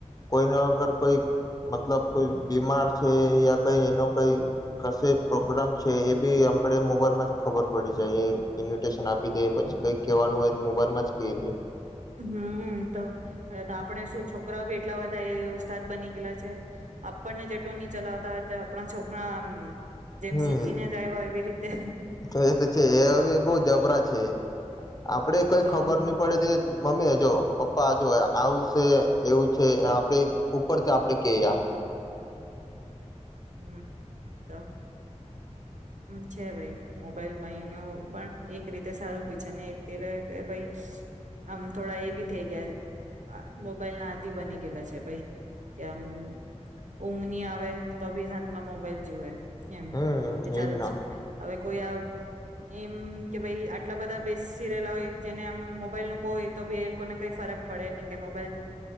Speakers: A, on the left (about 30°); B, on the right (about 80°).
A: કોઈને વગર કોઈ મતલબ કોઈ બીમાર છે યા કઈ એનો કઈ કશે પ્રોગ્રામ છે એ બી આપણે મોબાઈલમાં જ ખબર પડી જાય એ. ઇન્વિટેશન આપી દે પછી કઈ કેવાનું હો મોબાઈલમાં જ કેય દે.
B: હમ તો આપણે શું છોકરાઓ બી એટલા બધા એ ઉસ્તાદ બની ગયેલા છે, આપણને જેટલું નહ ચલાવતા હોય તો આપણા છોકરા જેમ
A: હમ,
B: શીખીને જ આવ્યા એવી રીતે
A: તો એ તો છે એ હવે બહ જબરા છે, આપડે કઈ
B: તો
A: ખબર નહી પડે તો મમ્મી જો પપ્પા જો આવશે એવું છે આપણે ઉપરથી આપડે કેયા.
B: હમ તો, આમ છે ભાઈ મોબાઈલ બનું પણ એક રીતે સારું બી છે ને એક કે ભાઈ આમ, થોડા એ ભી થ કે મોબાઈલ ના આદિ બની ગયેલા છે ભાઈ, કે આમ ઊંઘની આવે તો ભી હાથમાં મોબાઈલ જુએ. એમ,
A: હમ
B: એ ચાલ
A: એજ ના
B: છે હવે કોઈ આ એમ કે ભાઈ આટલા બધા બેસ સિરયલા હોય જેને આમ મોબાઈલ નું બોય તો બી એ લોકોને કઈ ફરક પડે નહી, કે મોબાઈલ